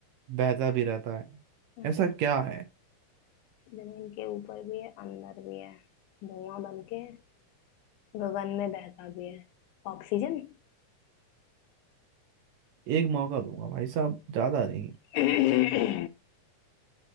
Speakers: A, on the right; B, on the left.
A: बहता भी रहता है
B: अच्छा
A: ऐसा क्या है
B: जमीन के ऊपर भी है अंदर भी है धुआं बन के गगन में बहता भी है ऑक्सीजन
A: एक मौका दूंगा भाई साहब ज्यादा नहीं
B: <clears throat>